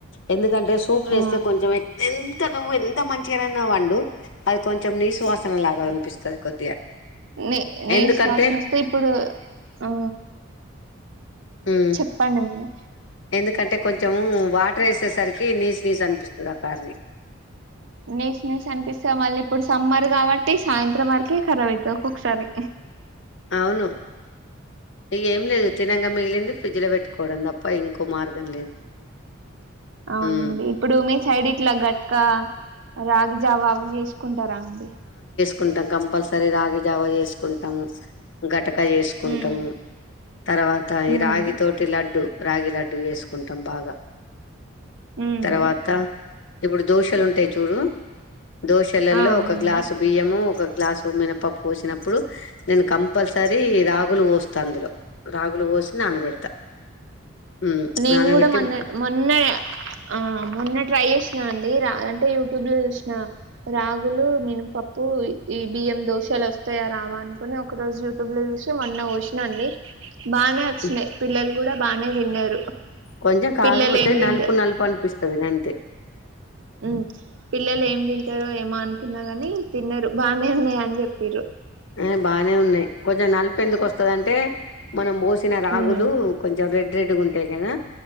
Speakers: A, on the left; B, on the right.
A: ఎందు ఎంటే సూప్
B: ఆ
A: చేస్తే కొంచం ఎంత నువ్వు ఎంత మంచిగా అయిన వండు అది కొంచెం నీసు వాసన లాగ అనిపిస్తది కొద్దిగా
B: నీ నేస్
A: ఎందుకంటే
B: వాసన వస్తే ఇప్పుడు ఆ
A: మ్మ్
B: చెప్పండి మీరె
A: ఎందుకంటే కొంచెము వాటర్ వేసేసరికి నీ స్ నీ స్ అనిపిస్తుంది ఆ కారీ
B: నీస్ నీస్ అనిపిస్తే మళ్ళీ ఇప్పుడు సమ్మర్ కాబట్టి సాయంత్రం వరకే ఖరాబ్ అయితది ఒక్కొక్కసారి
A: అవును ఇగేం లేదు తినంగా మిగిలింది ఫ్రిడ్జ్ లో పెట్టుకోవడం తప్ప ఇంకో మార్గం లేదు
B: అవునండి
A: మ్మ్
B: ఇప్పుడు మీ సైడ్ ఇట్ల గట్క రాగి జావ అవి చేసుకుంటార అండి
A: కుంటాం కంపల్సరీ రాగి జావ చేసుకుంటాము గట్ టక చేసుకుంటాము
B: ఉమ్
A: తర్వాత ఈ
B: ఉమ్
A: రాగి తోటి లడ్డు రాగి లడ్డు చేసుకుంటాం బాగ
B: ఉమ్
A: తర్వాత ఇప్పుడు దోశలుంటాయి చూడు దోశలలో
B: ఆ అవునండి
A: ఒక గ్లాసు బియ్యము ఒక గ్లాసు మినపప్పు పోసినప్పుడు నేను కంపల్సరీ రాగులు పోస్ స్త అందులో రాగులు పోసి నానబెడతా ఉమ్,
B: నేన్
A: నానబెట్టి
B: కూడ మొన్న
A: ఉమ్,
B: మొన్నె ఆ మొన్న ట్రై చేసినాండి డి అ అంటే యూట్యూబ్ లో చూసి నా రాగులు మినపప్పు బియ్యం దోశలు వస్తాయా రావా అనుకుని ఒక రోజు యూట్యూబ్ లో చూసి మన్న పోసినండి బా
A: ఉమ్,
B: పిల్లలు కూడా బానే తిన్నారు
A: కొంచం కాకపోతే
B: పిల్లలు ఏం తింటే
A: నలుపు నలుపు అనిపిస్తుంది అంతే
B: ఉ పిల్లలు ఏం తింటారో ఏమో అనుకున్నా గాని తిన్నరు బానే ఉన్నాయా అని చెప్పిరు
A: ఆ బానే ఉన్నాయి కొంచెం నలుపు ఎందుక్ వస్తుందంటే మనం పోసిన రాగులు
B: ఉమ్
A: కొంచెం రె రెడ్డుగా ఉంటాయి కదా